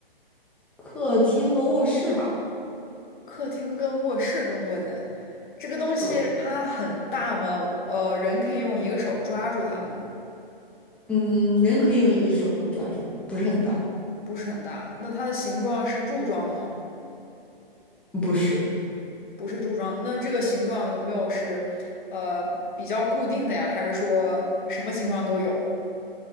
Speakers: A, in the centre; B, on the left.
A: 客厅和卧室吧。
B: 客厅跟卧室更多一点。这个东西它很大吗？
A: 对，
B: 呃，人可以用一个手抓住它吗？
A: 嗯，人可以用一个手抓住，不是很大，
B: 不是很大。那它的形状是柱状的吗？
A: 不是，
B: 不是柱状。那这个形状有没有是呃比较固定的呀？还是说什么形状都有？